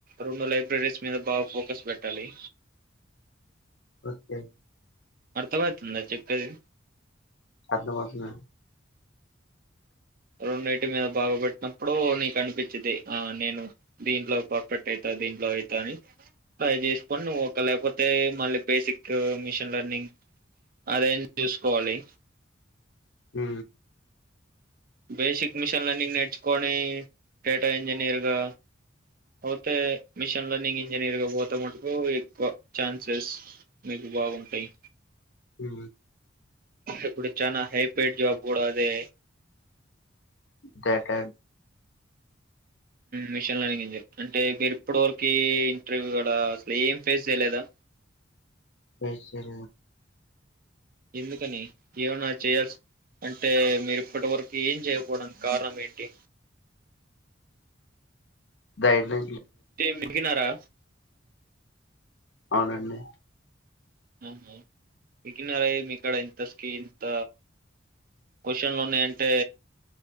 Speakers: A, on the right; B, on the left.
A: రెండు లైబ్రరీస్ మీద బాగా ఫోకస్ పెట్టాలి
B: ఓకే
A: అర్థం అవుతుంది అది చెప్పేది
B: అదులు బస్తున్నా
A: రెండింటి మీద బాగు పెెట్టినప్పుడు నీకు అనిపించిది ఆ నేను దీంట్లో పర్ఫెక్ట్ అవుతా దీంట్లో అవుతా అని టై చేసుకొని నువ్వు ఒక లేకపోతే మళ్ళీ బేసిక్ మిషన్ లెర్నింగ్ అదే చూసుకోవాలి
B: హ
A: బేసిక్ మిషన్ లెర్నింగ్ నేర్చుకొని డేటా ఇంజనీర్గా పోతే మిషన్ లెర్నింగ్ ఇంజనీర్గా పోతా మటుకు ఎక్కువ ఛాన్సెస్ మీకు బాగుంటాయి
B: హ
A: ఇప్పుడు చనా హైపైడ్ జాబ్ కూడా అదే
B: దట్ట
A: మిషన్ లనింగ్ అంటే మీరు ఇప్పటి వరకు ఇంటర్వ్యూ అసలు ఏం ఫేస్ చేయలేదా
B: స సర
A: ఎందుకని ఏమనా చేయాల్సి అంటే మీరు ఇప్పటి వరకు ఏం చేయపోవడానికి కారణం ఏంటి
B: దద అడి
A: తె మీకినారా
B: అవునండి
A: ఆహా బిగినర్ మీక్కడ ఇంత స్కి ఇంత క్వశచన్ లోన్నా అంటే